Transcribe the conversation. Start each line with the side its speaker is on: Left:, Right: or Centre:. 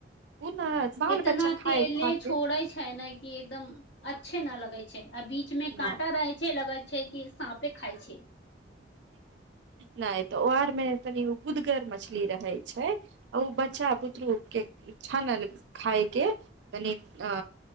Right: ओ ने बाल
Left: इतना
Right: बच्चा खाय
Left: तेले
Right: खातिर
Left: छोड़े छै ने कि एकदम अ अच्छे ना लगै छै आ बीच में
Right: न
Left: काँटा रहे छै लगल छै कि साँपे खाय छै
Right: नहि तऽ ओरमे तनि गुदगर मछली रहैत छै आ ओ बच्चा बुतरू के छान अल खाइ के कनि अ